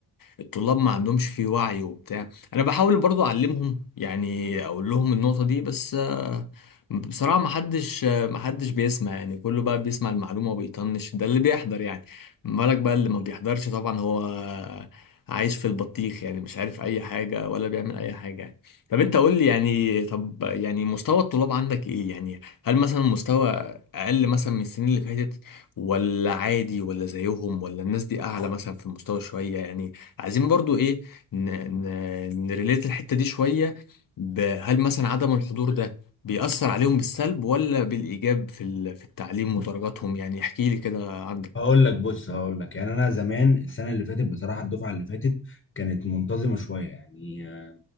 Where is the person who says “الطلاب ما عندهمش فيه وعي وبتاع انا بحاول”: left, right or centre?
Left